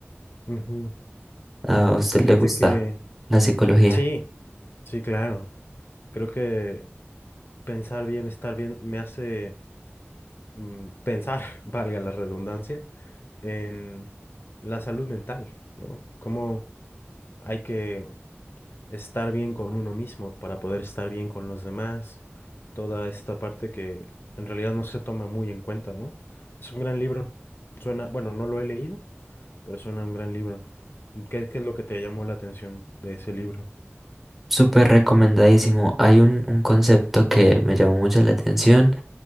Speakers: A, on the left (about 55°); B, in the centre.
A: ujú.
B: ¿A usted
A: Fíjate
B: le gusta
A: que
B: la psicología?
A: sí, sí, claro. Creo que pensar bien, estar bien, me hace mm, pensar, <laughs> valga la redundancia, en la salud mental, ¿no? Cómo hay que estar bien con uno mismo para poder estar bien con los demás. Toda esta parte que en realidad no se toma muy en cuenta, ¿no? Es un gran libro. Suena, bueno, no lo he leído, Pero suena un gran libro. ¿Qué, qué es lo que te llamó la atención de ese libro?
B: Súper recomendadísimo. Hay un, un concepto que me llamó mucho la atención